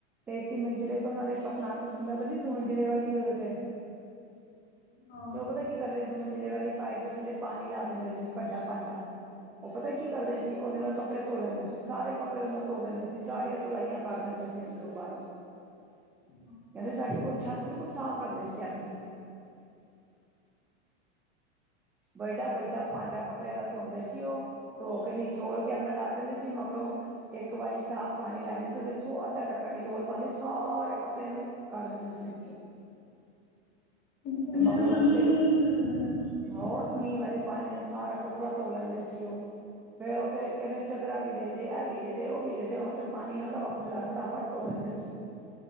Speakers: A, in the centre; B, on the left (about 25°).
A: ਤੇ ਤਿ ਮੰਜ਼ਿਲਲੇ ਤੋਂ ਉਹਨਾਂ ਦੇ ਪਤ ਨਾਲ ਹੁੰਦਾ ਸੀ। ਦੋਵੰਜ਼ਿਲਲੇ ਵਾਲੀ ਉਹਦੇ ਤੇ
B: ਹਾਂ
A: ਤੇ ਉਹ ਪਤਾ ਕੀ ਕਰਦੇ ਮੰਜਿਲੇ ਵਾਲੀ ਪਾਈਪ ਦੇ ਥੱਲੇ ਪਾਣੀ ਲਾ ਦਿੰਦੇ ਸੀ, ਭੱਡਾ ਭਾਂਡਾ ਉਹ ਪਤਾ ਕੀ ਕਰਦੇ ਸੀ। ਉਹਦੇ ਨਾਲ ਕੱਪੜੇ ਧੋ ਲੈਂਦੇ ਸੀ। ਸਾਰੇ ਕੱਪੜੇ ਉਹਦੇ ਨਾਲ ਧੋ ਦਿੰਦੇ ਸੀ। ਸਾਰੀਆਂ ਧੁਲਾਈਆਂ ਕਰ ਦਿੰਦੇ ਸੀ ਅੰਦਰੋਂ ਬਾਹਰੋਂ।
B: ਹਮ
A: ਕਹਿੰਦੇ ਸਾਡੀ, ਉਹ ਛੱਤ ਬਿਲਕੁਲ ਸਾਫ਼ ਰੱਖਦੇ ਸੀ ਆਪਣੀ ਵੱਡਾ ਵੱਡਾ ਭਾਂਡਾ ਕੱਪੜਿਆਂ ਦਾ ਧੋਂਦੇ ਸੀ। ਸੀ ਉਹ ਤੇ ਉਹ ਕਹਿੰਦੀ ਚੋਲ ਕੇ ਆਪਣਾ ਰੱਖ ਦਿੰਦੇ ਸੀ ਮਗਰੋਂ ਇੱਕ ਵਾਰੀ ਸਾਫ਼ ਪਾਣੀ ਲੈਂਦੇ ਸੀ, ਉਹਦੇ ਇਥੋਂ ਅੱਧਾ ਢੱਕਣ ‌ਡੀਟੋਲ ਪਾਉਂਦੇ ਸੀ, ਸਾਰੇ ਕੱਪੜਿਆਂ ਨੂੰ ਕੱਢ ਦਿੰਦੇ ਸੀ ਵਿੱਚ।
B: ਬੰਦਿਆਂ
A: ਮਗਰੋਂ
B: ਨੂੰ ਕਰਨਾ
A: ਉਸੇ
B: ਹੀ ਇ‌ਹੀ ‌‌ਚਾਹੀਦਾ ਆ।
A: ਹੋਰ ਮੀਂਹ ਵਾਲੇ ਪਾਣੀ ਨਾਲ ਸਾਰਾ ਕੱਪੜਾ ਧੋ ਲੈਂਦੇ ਸੀ ਉਹ ਫੇਰ ਉਹ ਤਾਂ ਹੀ ਕਹਿੰਦੇ ਚਦਰਾ ਵੀ ਦੇਈ। ਇਹ ਵੀ ਦੇਦੇ ਉਹ ਵੀ ਦੇਦੇ ਹੁਣ ਤੇ ਪਾਣੀ ਆਉਂਦਾ ਵਾ ਖੁੱਲਾ, ਫਟਾਫਟ ਤੋ ਦਿੰਦੇ ਸੀ।